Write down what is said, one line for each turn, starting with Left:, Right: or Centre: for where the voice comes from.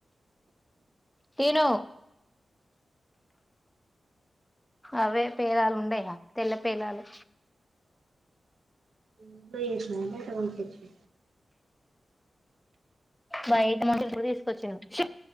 Centre: తిను అవే పేలాలు ఉండయా తెల్ల పేలాలు
Right: ఇంట్ల చేసినాయ బయట కొనుకచ్చి
Centre: బయట మచ్ ఇప్పుడు తీసుకొచ్చిడు